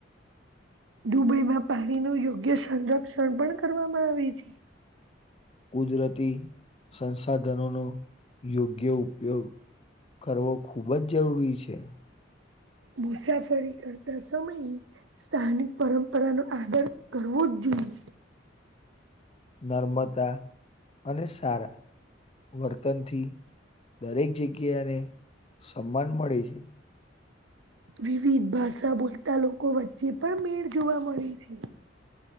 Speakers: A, on the right (about 80°); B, on the left (about 30°).
A: દુબઈમાં પાણી ન યોગ્ય સંરક્ષણ પણ કરવામાં આવે છે.
B: કુદરતી સંસાધનોનો યોગ્ય ઉપયોગ. કરવો ખૂબ જ જરૂરી છે.
A: મુસાફરી કરતા સમય. સ્થાનિક પરંપરા ન આદર કરવો જ જોઈએ.
B: નર્મદા અને સારા. વર્તનથી દરેક જગ્યા એને સન્માન મળે છે.
A: વિવિધ ભાષા બોલતા લોકો વચ્ચે પણ મેળ જોવા મળે છે.